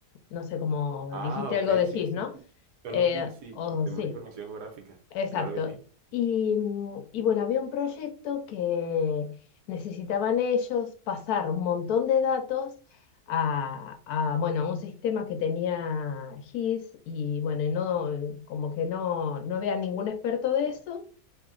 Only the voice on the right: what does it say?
Ah,
ok,
sí,
sí,
sí. Son
los GIS, sí,
sistemas
de información geográfica.
Claro que sí.